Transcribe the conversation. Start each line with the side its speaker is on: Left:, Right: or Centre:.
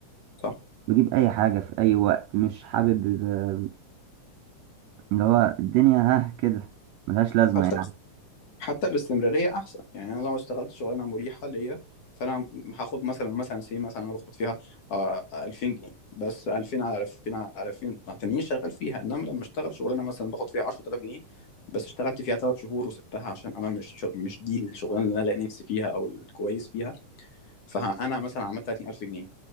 Left: صح
Right: بجيب اي حاجه في اي وقت مش حابب آه، اللي هو الدنيا ها كده ملهاش لازمه
Left: حتى
Right: يعني
Left: حتى الاستمراريه احسن يعني انا لو اشتغلت شغلانه مريحه ليا فانا هاخد مثلا مثلا سي مثلا انا باخد فيها آه 2000 جنيه بس 2000 على 2000 على 2000 تانيين شغال فيها انما لما اشتغل شغلانه مثلا باخد فيها 10000 جنيه بس اشتغلت فيها 3 شهور وسبتها عشان انا مش مش دي الشغلانه اللي انا لاقي نفسي فيها او الكويس فيها فانا مثلا عملت 30000 جنيه